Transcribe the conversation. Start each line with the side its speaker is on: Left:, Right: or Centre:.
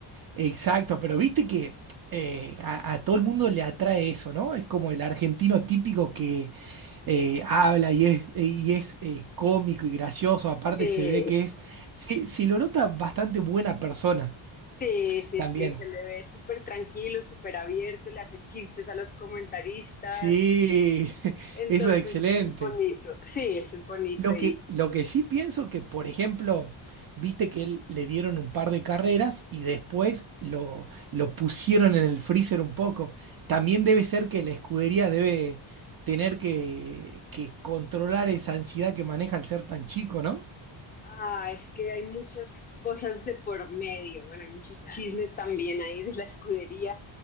Right: Exacto, pero viste que eh, a, a todo el mundo le atrae eso, ¿no? Es como el argentino típico que eh, habla y es, y es eh, cómico y gracioso, aparte
Left: Sí,
Right: se ve que es, se, se lo nota bastante buena persona
Left: sí, sí,
Right: también.
Left: sí, se le ve súper tranquilo, súper abierto, le hace chistes a los comentaristas,
Right: Sí, <laughs>
Left: entonces
Right: eso es excelente.
Left: eso es bonito, sí, eso es bonito
Right: Lo que, lo que sí pienso que, por ejemplo, viste que él, le dieron un par de carreras y después lo, lo pusieron en el freezer un poco. También debe ser que la escudería debe tener que, que controlar esa ansiedad que maneja al ser tan chico, ¿no?
Left: Ah, es que hay muchas cosas de por medio. Bueno, hay muchos chismes también ahí de la escudería,